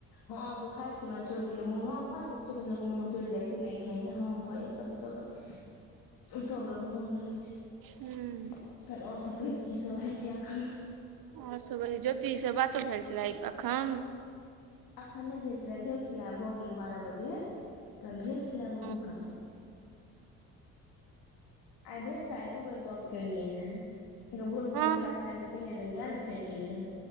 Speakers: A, on the left; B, on the right.
A: हां उ तऽ खाय छलौ ऐ छोएड़ देलौ मुन‌ हां भ जाए छै लोक के कीछो <unintelligible> मोन उतैर जाए छै नै खाइए हां भऽ जाए छै सबके सब रंग। सब रंग मोन रहै छै
B: हूँ
A: तहन और सब कहियो की सब हय छै एखन।
B: और सब, ज्योति से बातो भेल छलाए ए अखन?
A: अखन नै भेल छलाए, भेल छलाए भऽ गेलै बारह बजे तहन भेल छलाए गप
B: हँ
A: हुनका से। आय भेल छलाए आय दू बेर गप केलियैन हें, एक बेर भोर मे
B: हँ
A: कोनो काज छलैय केने रहियैन फेर केलियैन